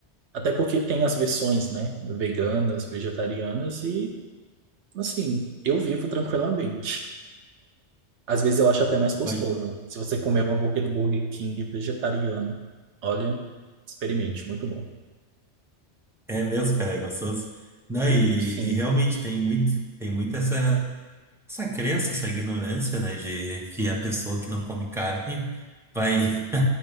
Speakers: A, on the right; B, in the centre.
A: Até porque tem as versões, né? Veganas, vegetarianas e, assim, eu vivo tranquilamente. Às vezes eu acho até mais gostoso.
B: Pode-
A: Se você comer um hambúrguer do Burger King vegetariano, olha, experimente, muito bom.
B: É mesmo, cara, é gostoso. Não, e,
A: Sim.
B: e realmente tem muito, tem muito essa, essa crença, essa ignorância, né, de que a pessoa que não come carne vai.